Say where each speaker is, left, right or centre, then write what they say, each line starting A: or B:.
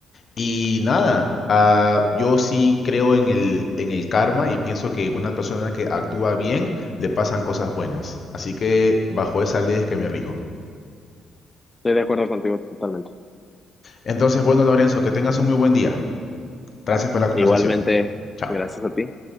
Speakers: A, on the left (about 45°); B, on the left (about 20°).
A: Y nada, ah, yo sí creo en el, en el karma y pienso que una persona que actúa bien le pasan cosas buenas. Así que bajo esa ley es que me rijo.
B: Estoy de acuerdo contigo totalmente.
A: Entonces, bueno, Lorenzo, que tengas un muy buen día. Gracias por la conversación.
B: Igualmente,
A: Chao.
B: gracias a ti.